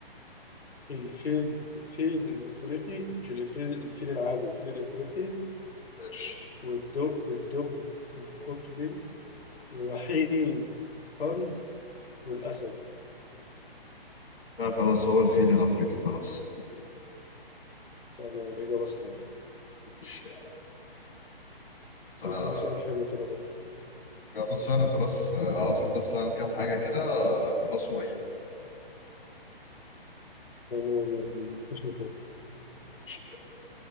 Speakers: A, on the left (about 85°); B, on the left (about 65°).
A: الفيل الفيل الافريقي مش الفيل الفيل العادي الفيل الافريقي
B: ماشي
A: والدب والدب القطبي وحيد القرن والأسد
B: لا خلاص هو الفيل الأفريقي خلاص
A: تمام إجابة صحيحة
B: ماشي بس أنا
A: اديني سؤال حلو كده برضه
B: لا، بص أنا خلاص آه، عاوز أقول بس أعمل كام حاجة كده آه، خلاص وإيه
A: تمام، مفيش مشاكل
B: ماشي.